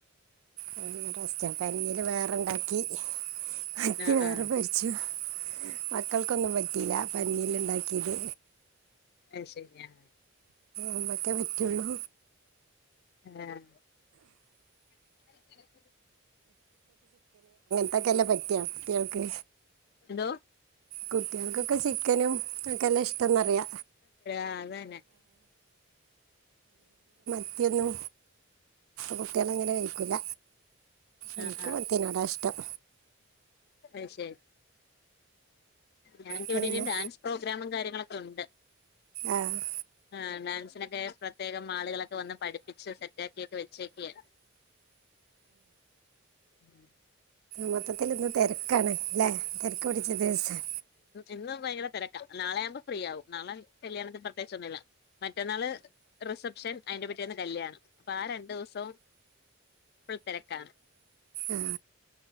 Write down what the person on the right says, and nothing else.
നല്ല ടേസ്റ്റാ പഞ്ഞിന് വേറെണ്ടാക്കി മത്തി
വേറെ
പൊരിച്ചു മക്കൾക്കൊന്നും പറ്റിയില്ല പഞ്ഞിന് ഉണ്ടാക്കിയത്
അമ്മക്കെ പറ്റൊള്ളു
തൊക്കല്ലെ പറ്റ കുട്ടികൾക്ക്
കുട്ടികൾക്കൊക്കെ ചിക്കനും ഒക്കെ എന്നെ ഇഷ്ടംന്നറിയ
മത്തിയെന്നും കുട്ടികല് അങ്ങനെ കഴിക്കൂല എനിക്ക്
മത്തിനോടാ ഇഷ്ടം
പിന്നെ
ആഹ്
മൊത്തത്തിൽ ഇന്ന് തെരക്കാണ് അല്ലെ തെരക്ക് പിടിച്ച ദിവസം
ആഹ